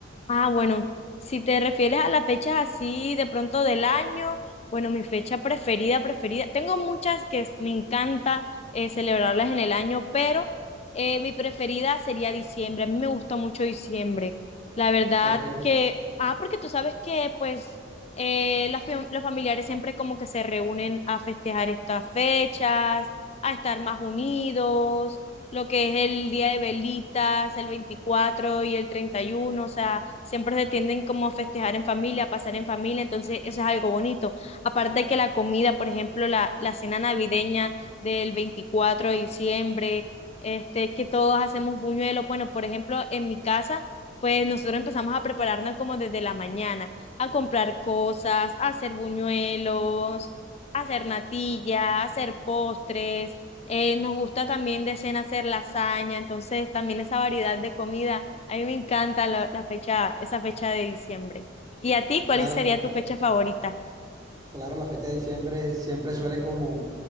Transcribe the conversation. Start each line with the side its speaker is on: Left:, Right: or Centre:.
Left: Ah, bueno, si te refieres a las fechas así de pronto del año, bueno, mi fecha preferida, preferida, tengo muchas que es- me encanta eh, celebrarlas en el año, pero eh, mi preferida sería diciembre. A mí me gusta mucho diciembre. La verdad
Right: Porque,
Left: que, ah, porque tú sabes que pues eh, las fam- los familiares siempre como que se reúnen a festejar estas fechas, a estar más unidos lo que es el día de velitas, el 24 y el treinta y uno o sea, siempre se tienden como a festejar en familia, a pasar en familia, entonces eso es algo bonito. Aparte de que la comida, por ejemplo, la, la cena navideña del 24 de diciembre, este, que todos hacemos buñuelos, bueno, por ejemplo, en mi casa, pues nosotros empezamos a prepararnos como desde la mañana, a comprar cosas, a hacer buñuelos, a hacer natilla, a hacer postres eh, nos gusta también de cena hacer lasaña, entonces también esa variedad de comida. A mí me encanta la, la fecha, esa fecha de diciembre. ¿Y a ti cuál
Right: claro,
Left: sería
Right: cl-
Left: tu fecha favorita?
Right: claro, la fecha de diciembre siempre suele como